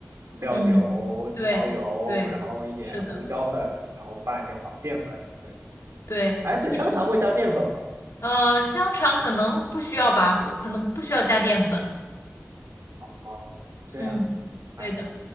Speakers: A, on the right; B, on the left.
A: 料酒、
B: 嗯，对，
A: 蚝油，
B: 对，
A: 然后一点胡椒粉，
B: 是的，
A: 然后拌就好。淀粉，对，
B: 对，
A: 哎，
B: 确实是。
A: 对，香肠会加淀粉吗？
B: 呃，香肠可能不需要吧，不，可能不需要加淀粉。
A: 哦，这样，
B: 嗯，
A: 哎，
B: 对的，